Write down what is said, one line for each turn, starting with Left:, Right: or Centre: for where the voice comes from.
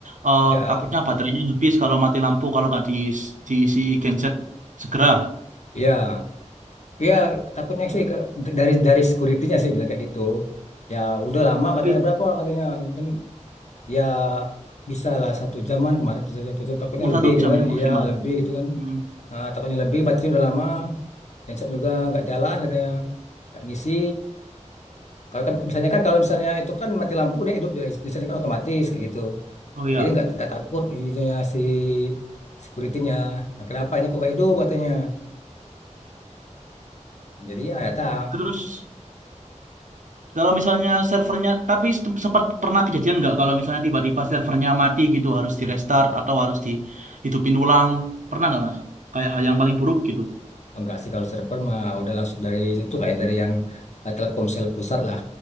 Right: eh
Left: Ya,
Right: takutnya baterainya habis kalau mati lampu kalau nggak di diisi genset segera.
Left: ya, ya takutnya sih ke- dari dari security-nya sih bilang kayak gitu. Ya udah lama katanya
Right: Tapi
Left: berapa katanya mungkin ya bisa lah satu jaman kemarin satu satu jam takutnya
Right: Oh,
Left: lebih
Right: satu
Left: gitu
Right: jam
Left: kan.
Right: ya maksimal.
Left: Iya lebih gitu kan.
Right: Hmm.
Left: Nah, takutnya lebih baterainya udah lama, genset juga nggak jalan katanya, nggak ngisi. Kalau kan misalnya kan kalau misalnya itu kan mati lampu deh, hidup, ya, misalnya kan otomatis kayak gitu.
Right: Oh ya.
Left: Jadi nggak nggak takut ininya si security-nya. Nah, kenapa ini kok gak hidup katanya. Nah, jadi ya datang.
Right: Terus kalau misalnya servernya, tapi sem- sempat pernah kejadian nggak kalau misalnya tiba-tiba servernya mati gitu harus di restart atau harus dihidupin ulang? Pernah nggak mas? Kayak hal yang paling buruk gitu.
Left: Oh, enggak sih kalau server mah udah langsung dari situ kayak dari yang eh, Telkomsel pusat lah